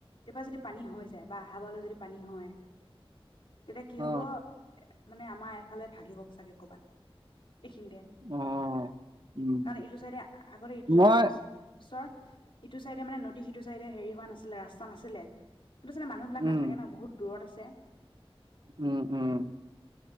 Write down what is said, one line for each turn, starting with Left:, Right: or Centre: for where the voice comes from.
Left: এইবাৰ যদি পানী হৈ যায় বা আহাবাৰলৈ যদি পানী হয় তেতিয়া কি
Right: অ
Left: হব মানে আমাৰ এফালে ভাগিব চাগে কৰ'বাত এইখিনিতে
Right: অ উম
Left: কাৰণ এইটো চাইডে আগতে যোৱা
Right: মই
Left: বা চৰ ইটো চাইডে মানে নদী সিটো চাইডে হেৰি হোৱা নাছিলে ৰাস্তা নাছিলে অ চলতে মানুবিলাক
Right: উম
Left: নাথাকে নহু দূৰত আছে আছে
Right: উম উম